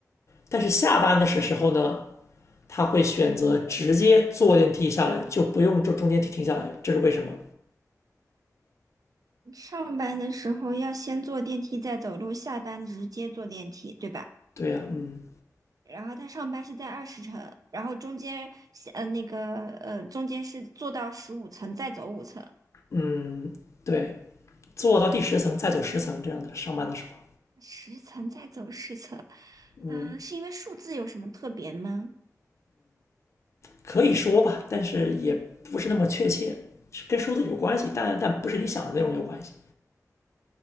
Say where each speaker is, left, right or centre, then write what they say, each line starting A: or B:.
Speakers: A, on the left; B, on the right.
A: 但是下班的时时候呢，
B: 嗯，
A: 他会选择直接坐电梯下来，就不用这中间停停下来，这是为什么？
B: 上班的时候要先坐电梯再走路，下班直接坐电梯，对吧？
A: 对呀、啊嗯
B: 然后他上班是在二十层，然后中间呃那个呃中间是坐到十五层再走五层，
A: 嗯，对，坐到第十层再走十层这样的上班的时候，
B: 十层再走十层，
A: 嗯，
B: 啊、是因为数字有什么特别吗？
A: 可以说吧，但是也不是那么确切，是跟书的有关系，但但不是你想的那种有关系。